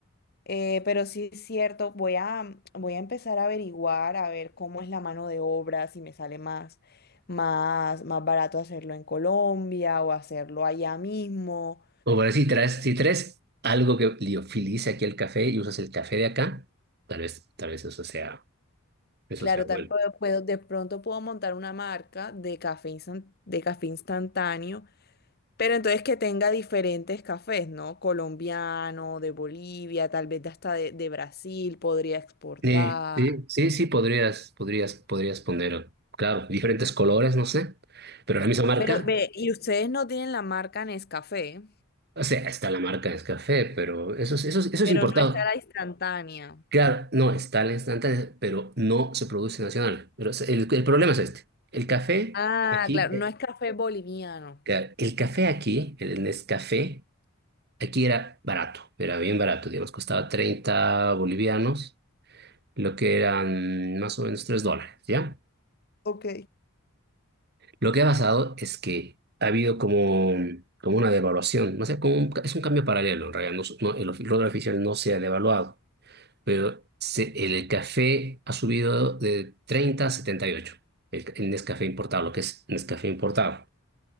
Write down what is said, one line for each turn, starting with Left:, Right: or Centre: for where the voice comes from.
Left: Eh, pero sí es cierto, voy a, voy a empezar a averiguar, a ver cómo es la mano de obra, si me sale más, más, más barato hacerlo en Colombia o hacerlo allá mismo.
Right: O bueno, si traes, si traes algo que liofilice aquí el café y usas el café de acá, tal vez, tal vez eso sea, eso
Left: Claro,
Right: sea bueno.
Left: también puedo, puedo- de pronto puedo montar una marca de café, instan- de café instantáneo, pero entonces que tenga diferentes cafés, ¿no? Colombiano, de Bolivia, tal vez de hasta de, de Brasil podría exportar.
Right: Sí, sí, sí, sí, podrías, podrías, podrías poner, claro, diferentes colores, no sé, pero la misma marca,
Left: Pero ve, ¿y ustedes no tienen la marca Nescafé?
Right: o sea, está la marca de café, pero eso es, eso es, eso es
Left: pero
Right: importado.
Left: no está la instantánea.
Right: Claro, no, está la instantánea, pero no se produce nacional. Pero es- el, el problema es este, el café
Left: Ah,
Right: aquí,
Left: claro,
Right: eh,
Left: no es café boliviano.
Right: claro, el café aquí, el Nescafé, aquí era barato, era bien barato, digamos, costaba 30 bolivianos, lo que eran más o menos 3 dólares, ¿ya?
Left: Ok,
Right: Lo que ha pasado es que ha habido como, como una devaluación, no sé, como un- es un cambio paralelo, en realidad, no, s- no- el ofi- dólar oficial no se ha devaluado, pero se- el café ha subido de 30 a 78. el el Nescafé importado, lo que es Nescafé importado,